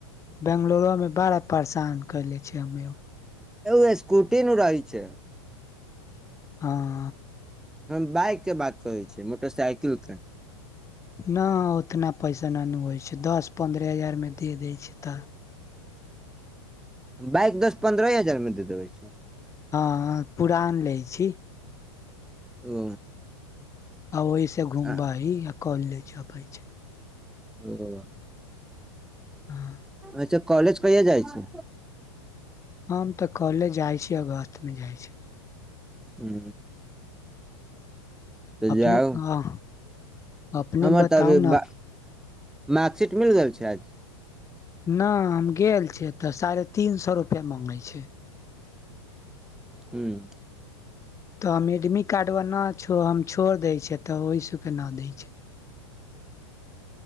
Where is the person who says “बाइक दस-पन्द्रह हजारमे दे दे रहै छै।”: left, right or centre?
Centre